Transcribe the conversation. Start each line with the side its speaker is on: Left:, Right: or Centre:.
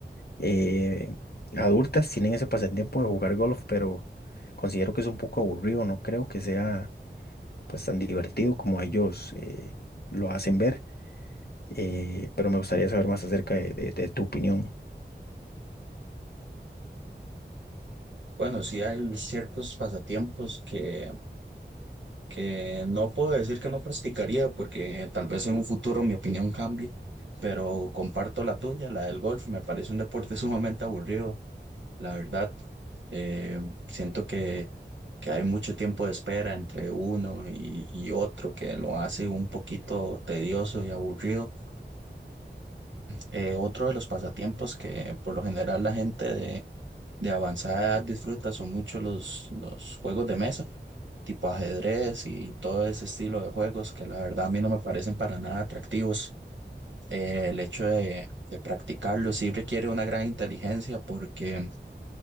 Left: eh, adultas tienen ese pasatiempo de jugar golf, pero considero que es un poco aburrido. No creo que sea, pues, tan divertido como ellos eh, lo hacen ver. eh, pero me gustaría saber más acerca de, de- de tu opinión.
Right: Bueno, sí hay ciertos pasatiempos que, que no puedo decir que no practicaría porque tal vez en un futuro mi opinión cambie, pero comparto la tuya, la del golf. Me parece un deporte sumamente aburrido, la verdad. Eh, siento que que hay mucho tiempo de espera entre uno y, y otro que lo hace un poquito tedioso y aburrido. Eh, otro de los pasatiempos que por lo general la gente de, de avanzada edad disfruta son mucho los, los juegos de mesa, tipo ajedrez y todo ese estilo de juegos que la verdad a mí no me parecen para nada atractivos. Eh, el hecho de, de practicarlo sí requiere una gran inteligencia porque